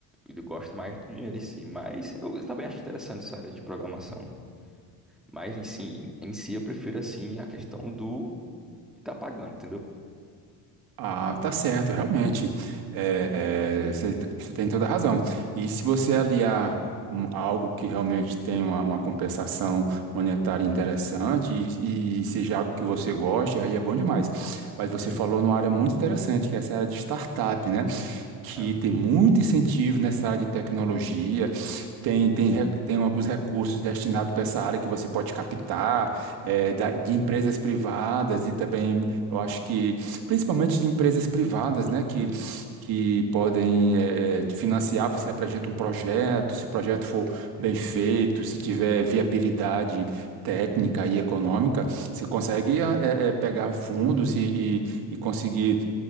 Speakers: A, in the centre; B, on the right (about 60°).
A: e eu gosto mais do dinheiro em si, mas eu, eu também acho interessante essa área de programação. Mas em si, em si eu prefiro assim a questão do que tá pagando, entendeu?
B: Ah, tá certo, realmente. É, é, você te- você tem toda a razão. E se você aliar um- algo que realmente tem uma, uma compensação monetária interessante e, e seja algo que você goste, aí é bom demais. Mas você
A: Sim,
B: falou numa área muito interessante, que é essa área de startup, né? que
A: aham,
B: tem muito incentivo nessa área de tecnologia, tem, tem, re- tem alguns recursos destinados para essa área que você pode captar, eh, da- de empresas privadas e também, eu acho que, principalmente de empresas privadas, né, que,
A: sim,
B: que podem, eh, te financiar, você apresenta um projeto, se o projeto for bem feito, se tiver viabilidade técnica e econômica, você consegue ah, eh, eh, pegar fundos e, e- e conseguir